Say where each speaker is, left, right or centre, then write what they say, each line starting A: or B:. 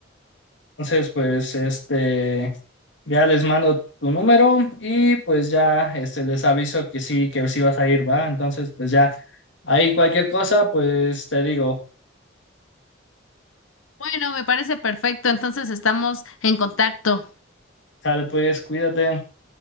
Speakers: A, on the left; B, on the left.
A: Entonces, pues este, ya les mando tu número y pues ya este, les aviso que sí, que sí vas a ir, va. Entonces, pues ya ahí cualquier cosa, pues te digo,
B: Bueno, me parece perfecto, entonces estamos en contacto.
A: sale pues, cuídate.